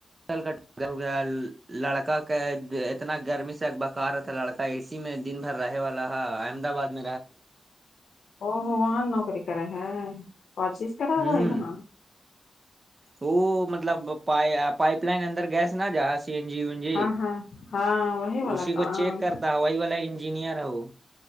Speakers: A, on the right; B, on the left.
A: ل کا گل لڑکا کا اتنا گرمی سے ایک بکار تھا لڑکا اے سی میں دن بھر رہے والا ہ احمدباد <inaudible>
B: او ہو وہاں نوکری کرا ہے کوشش کرا
A: ہوں
B: بھائی وہاں
A: وہ مطلب پ پائپ لائن اندر گیس نہ جا <unintelligible> س جی جی
B: ہاں ہاں ہاں وہی والا
A: اسی
B: کام
A: کو چیک کرتا ہوائی والا انجینئر ہے وہ